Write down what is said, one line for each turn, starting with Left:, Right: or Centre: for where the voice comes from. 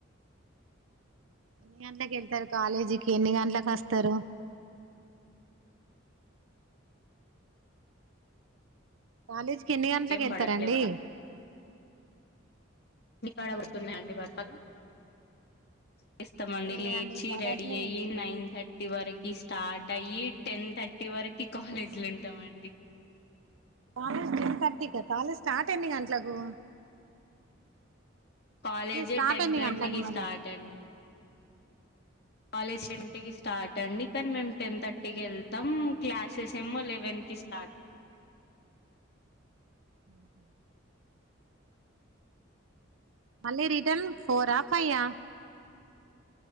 Right: ఎన్ని గంటలకు వెళ్తారు కాలేజీకి ఎన్ని గంటలకు వస్తారు కాలేజీకి ఎన్ని గంటలకు
Left: ఏం
Right: వెళ్తారండి
Left: పడట్లే వర్షాలు మీకాడ పడున్నాయండి వర్షాలు వెళ్తామండి
Right: లేదండి
Left: లేచి
Right: పడట్లేదు
Left: రెడీ అయ్యి నైన్ థర్ టి చివరికి స్టార్ట్ అయ్యి టెన్ థర్టీ వరకి కాలేజీలో ఉంటామండి
Right: కాలేజ్ టెన్ థర్టీ కా కాలేజ్ స్టార్ట్ ఎన్ని గంటలకు
Left: కాలేజ్
Right: స్టార్ట్
Left: టెన్
Right: ఎన్ని
Left: ట్వంటీకిి
Right: గంటలకు మరి
Left: స్టార్ట్ అం కాలేజ్ టెన్టీకి స్టార్ట్ అండి కానీ మేము టెన్ థర్టీకి వెళ్తాం క్లాసెస్ ఏమో లెవెన్ కి స్టార్ట్
Right: హహ మళ్ళీ రిటర్న్ ఫోరా ఫైయ్య